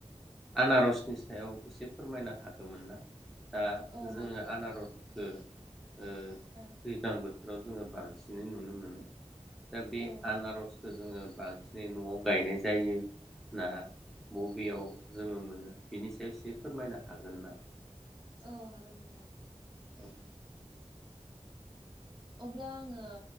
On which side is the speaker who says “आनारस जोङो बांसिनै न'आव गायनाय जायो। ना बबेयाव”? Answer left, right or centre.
Centre